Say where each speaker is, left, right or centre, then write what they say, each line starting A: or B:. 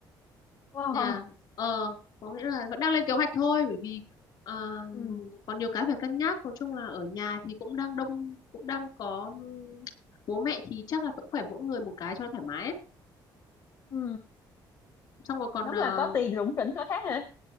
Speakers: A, on the left; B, on the left.
A: wow
B: nhà ờ có nghĩa là vẫn đang lên kế hoạch thôi bởi vì ờ,
A: ừ.
B: còn nhiều cái phải cân nhắc nói chung là ở nhà thì cũng đang đông cũng đang có ừm, bố mẹ thì chắc là cũng phải mỗi người một cái cho thoải mái ấy.
A: Ừ.
B: xong rồi còn
A: đúng
B: ờ,
A: là có tiền rủng rỉnh có khác hả